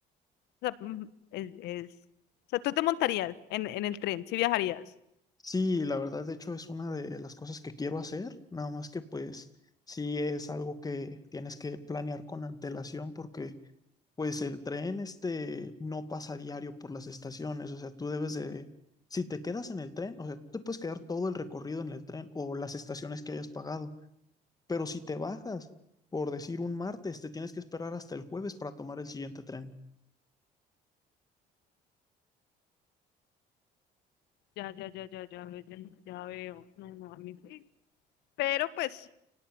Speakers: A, on the left; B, on the left.
A: sea, mm, es, es- o sea, tú te montarías en, en el tren, si viajarías.
B: Sí, la verdad, de hecho, es una de las cosas que quiero hacer, nada más que pues sí es algo que tienes que planear con antelación porque Pues el tren este no pasa diario por las estaciones, o sea, tú debes de, si te quedas en el tren, o sea, tú te puedes quedar todo el recorrido en el tren o las estaciones que hayas pagado, pero si te bajas, por decir un martes, te tienes que esperar hasta el jueves para tomar el siguiente tren.
A: Ya, ya, ya, ya, ya, ve- ya, ya veo. No, no, a mí sí. Pero pues,